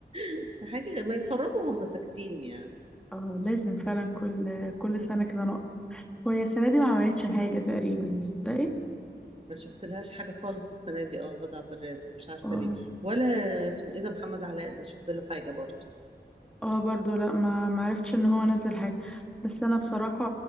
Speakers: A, on the right (about 35°); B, in the centre.
A: <laughs> حاجة غ- ما يتفرجوا وهم ساكتين يعني
B: اه لازم فعلا كل كل سنة كده نقط وهي السنة دي ما عملتش حاجة تقريبا تصدقي
A: ما شفت لهاش حاجة خالص السنة دي اه غادة عبد الرازق مش عارفة
B: اه
A: ليه ولا اسمه ايه ده محمد علاء ده شفت له حاجة برضه
B: اه برضو لا ما معرفتش ان هو نزل حاجة بس انا بصراحة